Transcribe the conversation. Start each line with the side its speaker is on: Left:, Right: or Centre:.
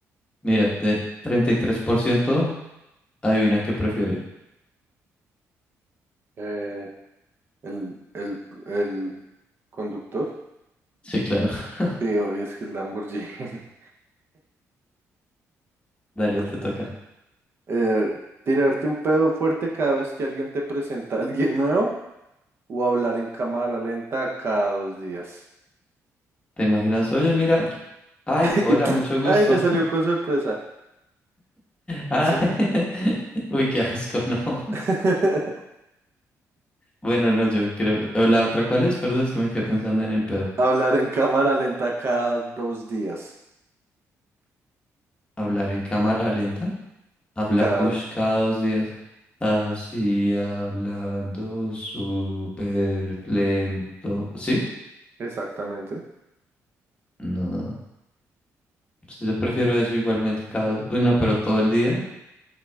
Left: Mira, de 33%, adivina qué prefiere.
Right: Eh, el, el, el conductor.
Left: Sí, claro. <laughs>
Right: Sí, obvio, es que el Lamborghini. <laughs>
Left: Dale,
Right: es
Left: te
Right: la-
Left: toca.
Right: Eh, tirarte un pedo fuerte cada vez que alguien te presenta a alguien nuevo o hablar en cámara lenta cada dos días.
Left: ¿Te imaginas? Oye, mira. Ay,
Right: <laughs>
Left: hola,
Right: Y, pf,
Left: mucho gusto.
Right: ay, me
Left: <laughs>
Right: salió con sorpresa.
Left: Ah,
Right: Sí.
Left: <laughs> uy, qué asco, no. <laughs>
Right: <laughs>
Left: Bueno, no, yo creo. ¿O ¿La otra cuál es? Perdón, es que me quedé pensando en el pedo.
Right: Hablar en cámara lenta cada dos días.
Left: ¿Hablar en cámara lenta? Habla,
Right: Cada,
Left: ush, cada dos días. Así hablando súper lento. ¿Sí?
Right: exactamente.
Left: No. Yo prefiero eso igualmente cada... dos. Uy, no, pero todo el día.